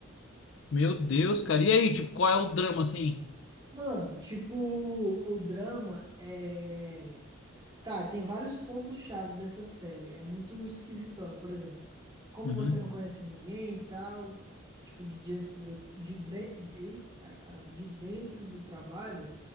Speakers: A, on the left (about 65°); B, on the right (about 20°).
A: Meu Deus, cara. E aí, tipo, qual é o drama assim?
B: Mano, tipo, o drama é. Tá, tem vários pontos chaves dessa série. É muito esquisitona, por exemplo. Como
A: Uhum.
B: você não conhece ninguém e tal, tipo, de dentro do, de, dre- eita, caramba, de dentro do trabalho.